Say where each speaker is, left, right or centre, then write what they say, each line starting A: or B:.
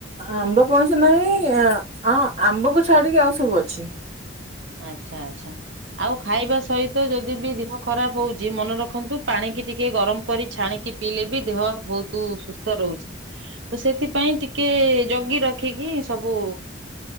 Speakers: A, on the right; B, on the right.
A: ଆମ୍ବ ପଣସ ନାହିଁ ଆ ଆଁ ଆମ୍ବକୁ ଛାଡିକି ଆଉ ସବୁ ଅଛି।
B: ଆଚ୍ଛା ଆଚ୍ଛା ଆଉ ଖାଇବା ସହିତ ଯଦି ବି ଦେହ ଖରାପ ହୋଉଚି ମନେରଖନ୍ତୁ ପାଣିକି ଟିକେ ଗରମ କରି ଛାଣିକି ପିଇଲେ ବି ଦେହ ବୋହୁତୁ ସୁସ୍ଥ ରହୁଚି। ତ ସେଥିପାଇଁ ଟିକିଏ ଜଗି ରଖିକି ସବୁ